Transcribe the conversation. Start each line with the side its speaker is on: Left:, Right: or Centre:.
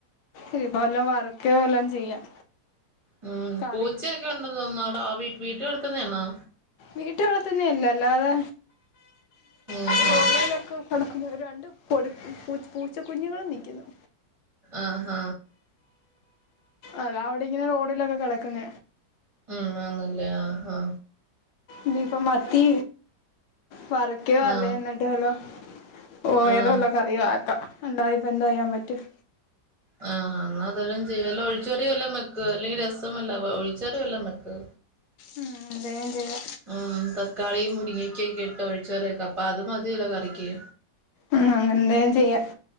Left: ഇതിപ്പോ വല്ലോം വറക്കേ വല്ലോ ചെയ്യാം
Right: ഉം
Left: കറി
Right: പൂച്ചയെക്കെ ഉണ്ടന്ന് തോന്ന് അവിടെ ആ വീ വീട്ടി വളത്തുന്നയാന്നോ
Left: വീട്ടി വളത്ത്ന്ന അല്ല അല്ലാതെ
Right: ആഹാ
Left: പിന്നെ ഓടയിലൊക്കെ കിടക്കുന്ന രണ്ട് കൊട്ക്ക് പൂച് പൂച്ചകുഞ്ഞുങ്ങളും നിക്ക്ന്ന്
Right: ആ ഹാ
Left: അത അവിടെ ഇങ്ങനെ റോഡിലൊക്കെ കെടക്കുന്ന
Right: ഉം ആന്നല്ലേ ആ ഹാ
Left: ഇനിപ്പ മത്തി വറ്ക്യോ അല്ലേ
Right: ആഹ്
Left: ന്നിട്ടേ ഒള്ളു ഓ വേറെ
Right: ആഹ്
Left: വല്ലോ കറിയോ ആക്കാ രണ്ടായി എന്തോയ്യാൻ പറ്റും
Right: ആ അന്നാ തുവലെ ചെയ് വല്ല ഒഴിച്ചെറി വല്ലാം വെക്ക് അല്ലെങ്കിൽ രസമല്ല ഒഴിച്ചെറി വല്ല വെക്ക്
Left: ഉമ് എന്തേലും ചെയ്യാം
Right: ഉം തക്കാളിയ മുരിങ്ങക്കൊക്കെ ഇട്ട് ഒഴിച്ചരൊക്കെ അപ്പൊ അത് മതി യല്ലോ കറിക്ക്
Left: ആ അങ്ങനെന്ത ചെയ്യ